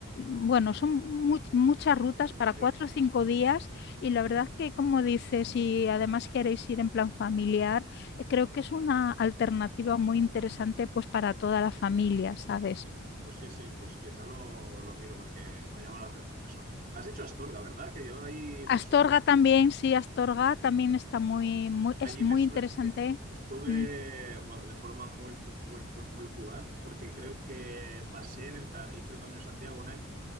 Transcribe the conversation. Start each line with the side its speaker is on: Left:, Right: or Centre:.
Left: bueno, son mu- muchas rutas
Right: Tienes
Left: para
Right: opciones,
Left: cuatro o cinco
Right: sí, sí.
Left: días y la verdad que, como dices, si además queréis ir en plan familiar, eh, creo que es una alternativa muy interesante pues para toda la familia, ¿sabes?
Right: Qué chulo. Pues sí, sí, pues quizá lo, lo miro porque me ha llamado la atención eso. Has dicho Astorga, ¿verdad? Que yo ahí
Left: Astorga
Right: me suena de
Left: también,
Right: que-
Left: sí, Astorga también está muy, muy,
Right: allí
Left: es muy
Right: me suena
Left: interesante.
Right: de que estuve,
Left: Mm,
Right: bueno, de forma muy, muy, muy, muy, muy fugaz, porque creo que pasé en el, ca- hice el Camino de Santiago un año